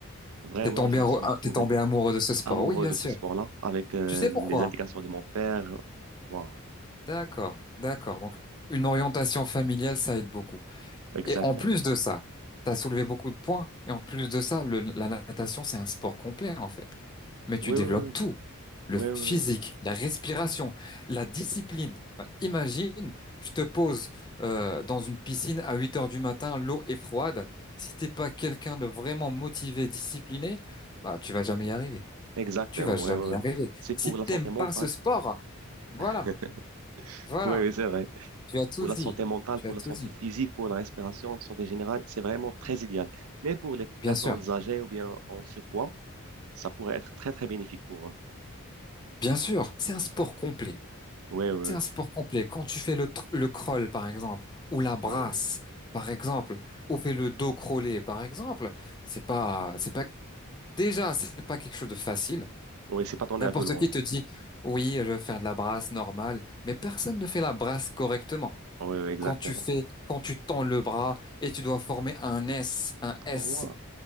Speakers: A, on the right (about 80°); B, on the left (about 20°).
A: Vraiment,
B: T'es tombé,
A: je
B: arou-
A: me suis
B: ah,
A: trouvé
B: t'es tombé amoureux de ce sport.
A: amoureux
B: Oui, bien
A: de
B: sûr.
A: ce sport-là avec euh,
B: Tu sais
A: les
B: pourquoi?
A: indications de mon père. Wow,
B: D'accord, d'accord. Donc, une orientation familiale, ça aide beaucoup.
A: exactement.
B: Et en plus de ça, t'as soulevé beaucoup de points. Et en plus de ça, le- la natation, c'est un sport complet, en fait. Mais tu
A: Oui,
B: développes
A: oui, oui,
B: tout. le
A: oui, oui,
B: physique,
A: oui.
B: la respiration, la discipline. Bah, Imagine, je te pose euh, dans une piscine à 8 heures du matin, l'eau est froide. Si t'es pas quelqu'un de vraiment motivé, discipliné, bah, tu vas jamais y arriver.
A: exactement.
B: Tu vas jamais
A: Oui, oui.
B: y
A: oui.
B: arriver.
A: C'est
B: Si
A: pour la
B: t'aimes
A: santé mentale.
B: pas ce sport, voilà,
A: <laughs>
B: voilà,
A: Oui, oui, c'est vrai.
B: tu as tout
A: pour
B: dit.
A: la santé mentale,
B: Tu
A: pour
B: as tout
A: la santé
B: dit.
A: physique, pour la respiration, santé générale, c'est vraiment très idéal. Même pour les
B: Bien
A: personnes
B: sûr,
A: âgées ou bien en surpoids, ça pourrait être très, très bénéfique pour eux.
B: bien sûr, c'est un sport complet.
A: Oui, oui,
B: C'est un sport complet. Quand tu fais le, tr- le crawl, par exemple, ou la brasse,
A: oui.
B: par exemple, ou fais le dos crawlé, par exemple, c'est pas, c'est pas, déjà, c'est pas quelque chose de facile.
A: Oui, c'est pas donné
B: N'importe
A: à tout le monde.
B: qui te dit, oui, je vais faire de la brasse normale, mais personne ne fait la brasse correctement.
A: Oui, oui, exactement.
B: Quand tu fais, quand tu tends le bras et tu dois former un S, un S
A: Wow.